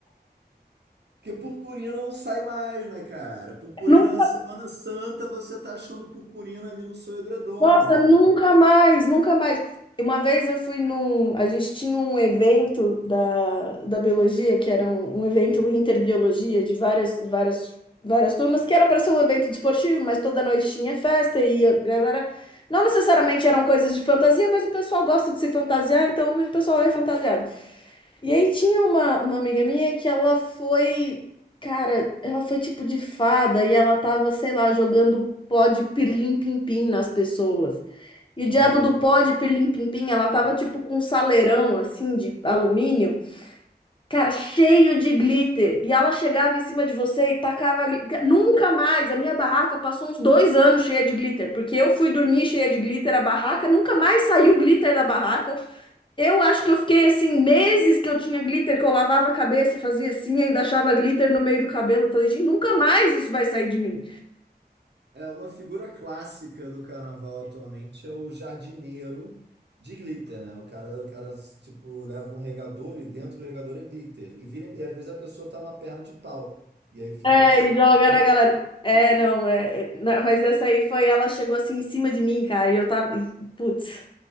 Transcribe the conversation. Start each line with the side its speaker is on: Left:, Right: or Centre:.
Right: Porque purpurina não sai mais, né, cara? Purpurina
Left: Não.
Right: na Semana Santa, você tá achando purpurina ali no seu edredom,
Left: Nossa,
Right: entendeu?
Left: nunca mais, nunca mais. Uma vez eu fui num. A gente tinha um evento da, da biologia, que era um, um evento interbiologia de várias, várias, várias turmas, que era para ser um evento desportivo, mas toda noite tinha festa e a galera. Não necessariamente eram coisas de fantasia, mas o pessoal gosta de se fantasiar, então o pessoal é fantasiado. E aí tinha uma, uma amiga minha que ela foi. Cara, ela foi tipo de fada e ela tava, sei lá, jogando pó de pirlim-pim-pim nas pessoas. E
Right: Uhum.
Left: o diabo do pó de pirlim-pim-pim, ela tava tipo com um saleirão assim de alumínio, cara, cheio de glitter. E ela chegava em cima de você e tacava. gli- Nunca mais! A minha barraca passou uns dois anos cheia de glitter, porque eu fui dormir cheia de glitter, a barraca nunca mais saiu glitter da barraca. Eu acho que eu fiquei assim, meses que eu tinha glitter, que eu lavava a cabeça, fazia assim, ainda achava glitter no meio do cabelo. Eu falei, gente, nunca mais isso vai sair de mim.
Right: É uma figura clássica do carnaval atualmente, é o jardineiro de glitter, né? O cara, o cara, tipo, leva um regador e dentro do regador é glitter. E, vira, e às vezes a pessoa tá numa perna de pau. E aí fica
Left: É,
Right: assim.
Left: e joga na galera. É, não, é, é, na- mas essa aí foi, ela chegou assim em cima de mim, cara, e eu tava, e, putz,